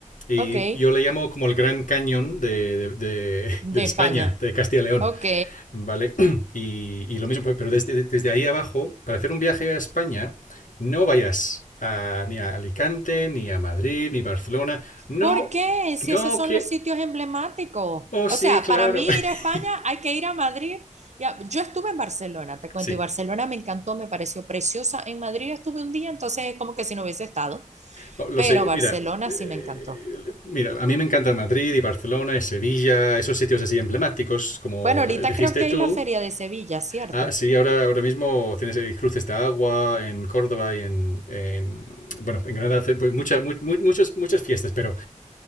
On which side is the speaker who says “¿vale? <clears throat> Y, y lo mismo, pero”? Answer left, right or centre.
Left